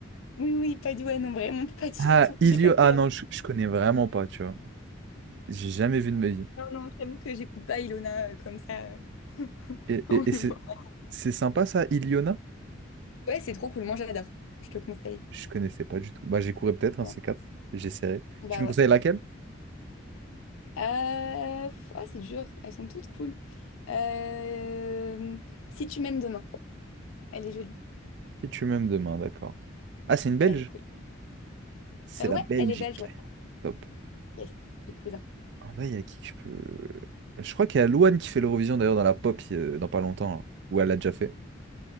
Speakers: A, on the left; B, on the right.
A: Oui, oui, pas du... Ouais, non, vraiment, pas du
B: Ah,
A: tout.
B: Ilio...
A: J'ai capté.
B: Ah non, je, je connais vraiment pas, tu vois. J'ai jamais vu de ma vie.
A: Non, non, j'avoue que j'écoute pas Ilona euh, comme ça, euh, <laughs>
B: Et,
A: en
B: et-
A: le
B: et c'est
A: voit.
B: c'est sympa ça, Iliona?
A: Ouais, c'est trop cool. Moi, j'adore. Je te conseille.
B: Je connaissais pas du tout. Bah j'écouterai peut-être un
A: Ouais.
B: de ces quatre. J'essaierai.
A: Bah
B: Tu me
A: ouais.
B: conseilles laquelle?
A: Euh, pff, ah, c'est dur. Elles sont toutes cool. Euh, Si tu m'aimes demain. Elle est jolie.
B: Et tu m'aimes demain, d'accord. Ah,
A: Ouais,
B: c'est une Belge?
A: elle, elle est cool.
B: C'est
A: Euh,
B: la
A: ouais,
B: Belgique.
A: elle est belge. Ouais.
B: Top.
A: Yes, les cousins.
B: En vrai, il y a qui que je peux... Je crois qu'il y a Louane qui fait l'Eurovision d'ailleurs dans la pop euh, dans pas longtemps. là. Ou elle l'a déjà fait.